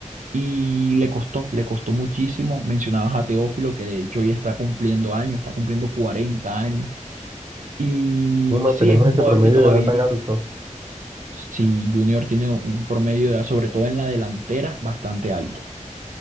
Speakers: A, on the right; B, on the right.
A: y le costó, le costó muchísimo. Mencionabas a Teófilo, que de hecho ya está cumpliendo años, está cumpliendo 40 años. Y
B: ¿Cómo mantenemos
A: sí, es un
B: ese
A: jugador
B: promedio
A: que todavía,
B: de edad tan alto?
A: si Junior tiene un promedio de edad, sobre todo en la delantera, bastante alto.